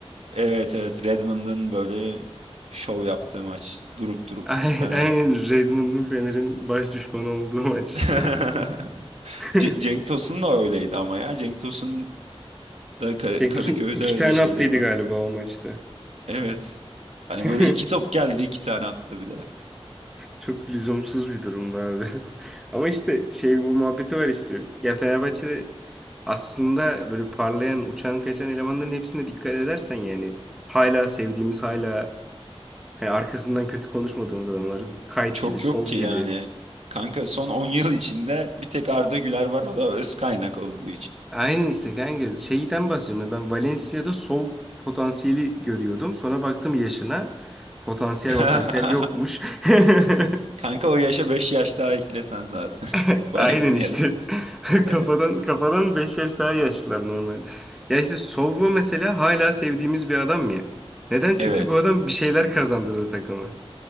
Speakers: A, on the right; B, in the centre.
A: Evet evet Redmond'ın böyle şov yaptığı maç. Durup durup
B: <laughs>
A: Fener.
B: Aynen Redmond'un Fener'in baş düşmanı olduğu maç.
A: <laughs>
B: <laughs>
A: Ce- Cenk Tosun da öyleydi ama ya. Cenk Tosun da Ka-
B: Cenk
A: Kadıköy'de
B: Tosun iki
A: öyle
B: tane
A: şeyler
B: attıydı
A: var.
B: galiba o maçta.
A: Evet. Hani
B: <laughs>
A: böyle iki top geldi iki tane attı bir de.
B: Çok lüzumsuz bir durumda abi. <laughs> Ama işte şey bu muhabbeti var işte. Ya Fenerbahçe'de aslında böyle parlayan, uçan, kaçan elemanların hepsine dikkat edersen yani hala sevdiğimiz, hala hani arkasından kötü konuşmadığımız adamları Kayt
A: Çok
B: gibi, Sov
A: yok ki
B: gibi.
A: yani. Kanka son 10 yıl içinde bir tek Arda Güler var o da öz kaynak olduğu için.
B: Aynen işte kanka şeyden bahsediyorum. Ben Valencia'da Sov potansiyeli görüyordum. Sonra baktım yaşına. Potansiyel
A: <laughs>
B: potansiyel yokmuş. <laughs>
A: Kanka o yaşa 5 yaş daha eklesen zaten.
B: <laughs>
A: <laughs>
B: Aynen
A: Valencia'da.
B: işte. <laughs>
A: <laughs>
B: Kafadan kafadan 5 yaş daha yaşlılar normalde. Ya işte Sovva mesela hala sevdiğimiz bir adam ya. Neden? Çünkü
A: Evet.
B: bu adam bir şeyler kazandırdı takıma.